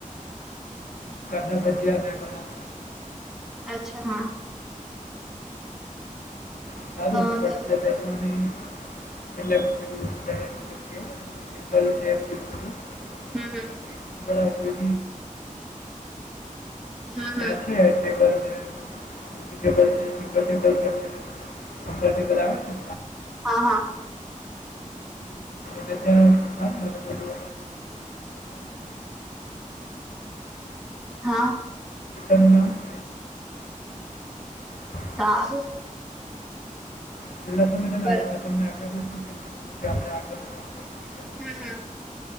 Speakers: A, on the left; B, in the centre.
A: ના બજ બના
B: અચ્છા હા
A: ચારો
B: અ તો
A: પડટલે દસોની એ વ <unintelligible>
B: હમ હમ
A: કોઈ
B: હમ હમ
A: ત્યાં છે ટેબલ છે મોટી ટેબલ છે સિંગલ ટેબલ પર છે બ ને તે પણશે
B: હા હા
A: પ એક વાર આપ વારી
B: હા
A: આપટ હ <unintelligible>
B: સારું
A: એટ
B: બર
A: તમને આિવસીધું <unintelligible>
B: હમ હમ